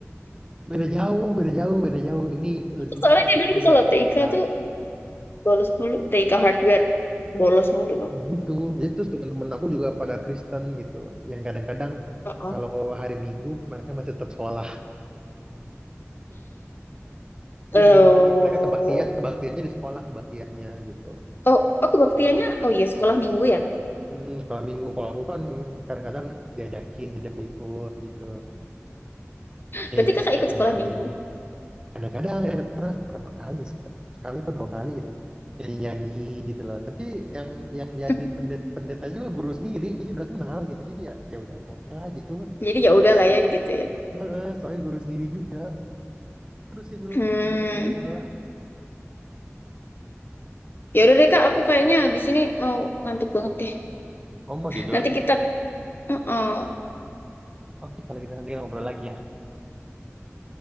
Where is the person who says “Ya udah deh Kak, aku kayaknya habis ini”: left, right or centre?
Left